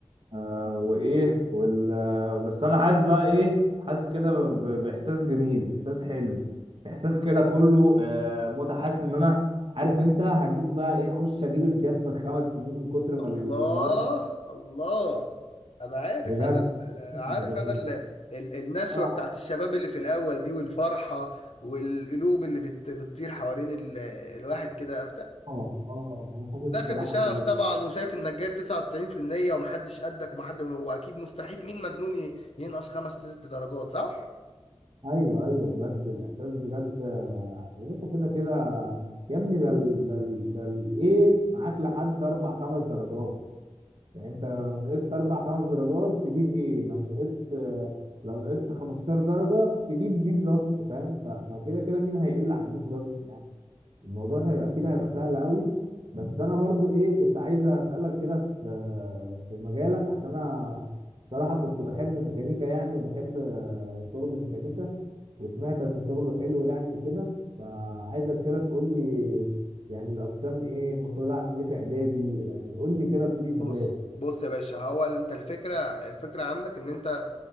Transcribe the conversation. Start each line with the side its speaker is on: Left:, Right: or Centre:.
Right: آه وايه وال آه، بس انا حاسس بقى ايه حاسس كده ب- ب- باحساس جميل احساس حلو احساس كده كله آه متعه حاسس ان انا عارف انت هجيب بقى ايه اخش اجيب امتياز في خمس سنين من كتر ما
Left: الله
Right: ال- ما المواد
Left: الله أنا عارف
Right: بجد
Left: أنا آه، عارف
Right: يعني جميل
Left: أنا ال... ال... النشوة
Right: اه
Left: بتاعت الشباب اللي في الأول دي والفرحة والقلوب اللي بت... بتطير حوالين ال... الواحد كده
Right: اه اه انا حاسس الصراحه
Left: داخل بشغف
Right: ان
Left: طبعا وشايف انك جايب 99% ومحدش قدك ومحد واكيد مستحيل مين مجنون ي- ينقص خمس ست درجات صح؟
Right: ايوه ايوه بجد الاحساس بجد آه، انت كده كده يا ابني ده ال- ده ال- ده ال- ايه معاك لحد اربع خمس درجات يعني انت لو نقصت اربع خمس درجات تجيب ايه لو نقصت لو نقصت 15 درجة تجيب بي بلس فاهم ف- فكده كده مين هيقل على البي بلس يعني الموضوع هيبقى اكيد هيبقى سهل قوي بس انا برضو ايه كنت عايز اسالك كده في في مجالك عشان انا صراحة كنت بحب ميكانيكا يعني وبحب آه، شغل الميكانيكا وسمعت ان شغله حلو يعني وكده فعايزك كده تقول لي يعني الاقسام ايه المفروض اعمل ايه في اعدادي يعني قول لي كده ابتدي
Left: بص
Right: ازاي
Left: بص يا باشا هو اللي انت الفكره الفكره عندك ان انت